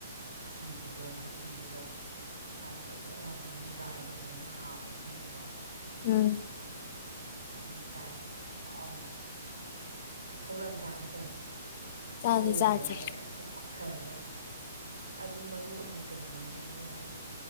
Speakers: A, on the right; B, on the left.
A: ꯁꯤꯡꯖꯨꯗꯣ ꯃꯥꯏ ꯁꯤꯡꯖꯨꯗꯣ ꯃꯥꯏ ꯆꯣꯠ ꯆꯣꯠ ꯂꯥꯎꯗꯕꯅꯤꯅ ꯗ꯭ꯔꯥꯏ ꯑꯣꯏꯕꯅꯤꯅ ꯍꯥꯎꯔꯤ ꯁꯤꯡꯖꯨꯗꯣ
B: ꯎꯝ
A: ꯑꯁ ꯑꯗꯨꯒ ꯆꯥꯏ ꯀꯣ ꯍꯥꯎꯅ ꯊꯣꯂ ꯁꯥꯖ ꯀ
B: ꯆꯥꯁꯦ
A: ꯂꯩꯔꯨꯔꯒ
B: ꯆꯥꯁꯦ
A: ꯍꯦꯛꯦꯛꯇ ꯐꯔꯔꯣꯏ ꯑꯗꯨ ꯃꯔꯨ ꯑꯣꯏꯅ ꯀꯩꯅꯣꯅꯤꯅꯦ ꯏꯕꯦꯝ ꯑꯩꯕꯨ